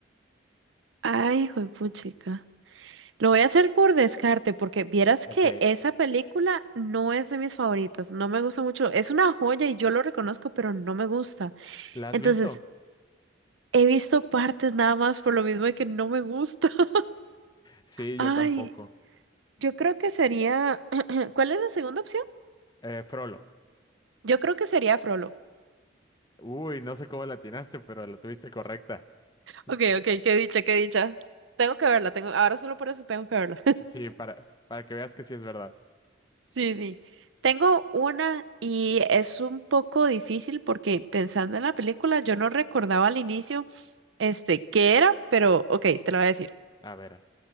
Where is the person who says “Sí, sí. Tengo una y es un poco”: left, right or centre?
Right